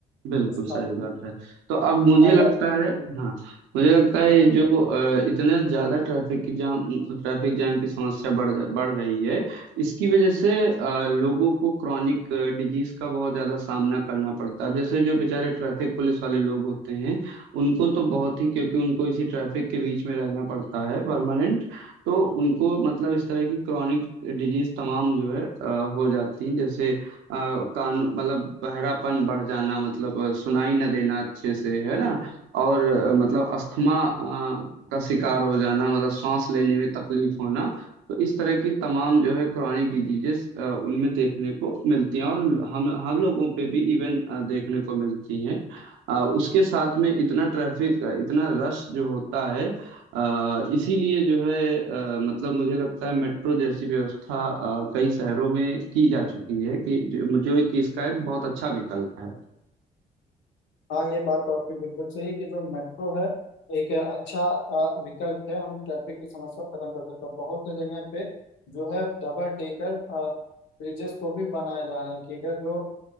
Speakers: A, on the right; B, on the left.
A: बिल्कुल
B: कुछ खाली
A: सही
B: नहीं
A: बात है तो अब मुझे
B: अलग
A: लगता है
B: हम्म
A: हाँ मुझे लगता
B: हम्म।
A: है ये जो अ, इतना ज्यादा ट्रैफिक की जाम ट्रैफिक जाम की समस्या बढ़ जा- बढ़ रही है इसकी वजह से अ, लोगों को क्रॉनिक डिजीज का बहुत ज्यादा सामना करना पड़ता है अब जैसे जो बेचारे ट्रैफिक पुलिस वाले लोग होते हैं उनको तो बहुत ही क्योंकि उनको इसी ट्रैफिक के बीच में रहना पड़ता है परमानेंट तो उनको मतलब इस तरह की क्रॉनिक डिजीज तमाम जो है अ, हो जाती हैं जैसे कान मतलब बहरापन बढ़ जाना मतलब अ, सुनाई न देना अच्छे से है ना और अ, मतलब अस्थमा अ, का शिकार हो जाना मतलब सांस लेने में तकलीफ होना तो इस तरह की तमाम जो है क्रॉनिक डिजीजेस उनमें देखने को मिलती हैं और हम हम लोगों पे भी इवन देखने को मिलती हैं अ, उसके साथ में इतना ट्रैफिक इतना रश जो होता है अ, इसीलिए जो है अ, मतलब मुझे लगता है मेट्रो जैसी व्यवस्था अ, कई शहरों में की जा चुकी है कि जो, जो एक इसका एक बहुत अच्छा विकल्प है
B: हाँ ये बात तो आपकी बिल्कुल सही है कि जो मेट्रो है एक अच्छा अ, विकल्प है हम ट्रैफिक की समस्या को खत्म कर सकते हैं बहुत से जगह पे जो है डबल डेकर ब्रिजेस को भी बनाए जा रहे हैं कि अगर जो